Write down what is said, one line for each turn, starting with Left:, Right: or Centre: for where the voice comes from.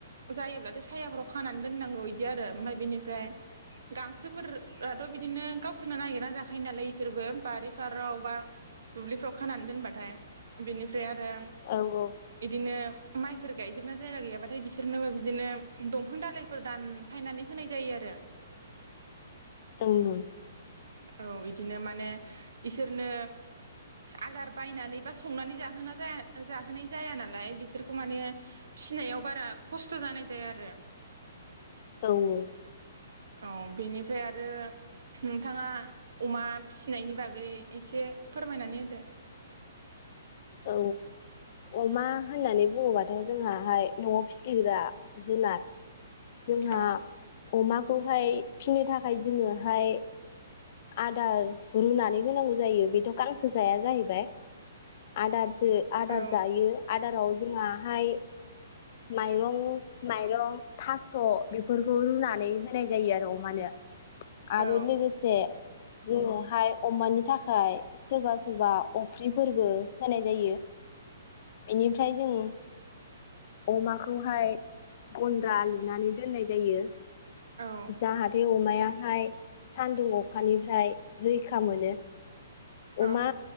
Right: जायोब्लाथाय सायाफोराव खानानै दोननांगौ बिदि आरो ओमफ्राय बिनि फ्राय गांसोफोराथ' बिदिनो गावसोरनो नागिरा जाखायो नालाय इसोरबो बारि फाराव बा दुब्लिफ्राव खानानै दोनबाथाय बिनिफ फ्राय आरो
Left: औ ओं
Right: इदिनो माइफोर गायजोबना जायगा गैयाबाथाय बिसोरनोबो बिदिनो दंफां दालाइफोर दानफायनानै होनाय जायोआरो द
Left: ओं ओ
Right: औ बिदिनो माने इसोरनो आदार बायनानै बा संनानै जाहोना जाया जाहोनाय जाया नालाय बिसोरखौ माने फिनायाव बारा खस्थ' जानाय जायाआरो
Left: औ औ
Right: औ बेनिफ्राय आरो नोंथाङा अमा फिनायनि बागै एसे फोरमायनानै होदो
Left: औ अमा होननानै बुङोबाथ' जोंहाहाय न'आव फिसिग्रा जुनार जोंहा
Right: औ
Left: अमाखौहाय फिनो थाखाय जोङोहाय आदार रुनानै होनांगौ जायो बेथ' गांसो जाया जाहैबाय आदारस सो आदार
Right: औ
Left: जायो आदाराव जोंङाहाय माइरं माइरं थास' बेफोरखौ रुनानै होनाय जायो आरो अमानो ।
Right: औ
Left: आरो लोगोसे जोङोहाय अमानि थाखाय सोरबा सोरबा अफ्रिफोरबो होनाय जायो । बेनिफ्राय जों अमाखौहाय गन्द्रा लुनानै दोननाय जायो ।
Right: औ
Left: जाहाथे अ अमायाहाय सानदुं अखानिफ्राय रैखा मोनो ।
Right: औ
Left: अमा